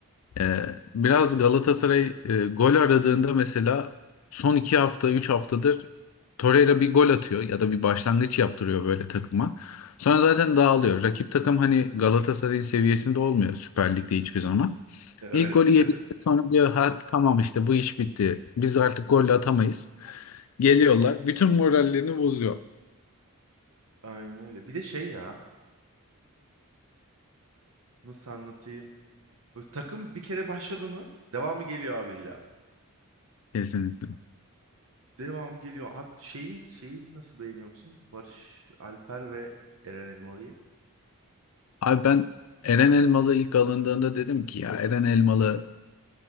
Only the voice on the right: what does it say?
Evet.
<laughs>
Aynen öyle. Bir de şey ya. Nasıl anlatayım? Böyle takım bir kere başladı mı devamı geliyor abi illa.
Devamı geliyor. At şeyi şeyi nasıl beğeniyor musun? Barış Alper ve Eren Elmalı'yı.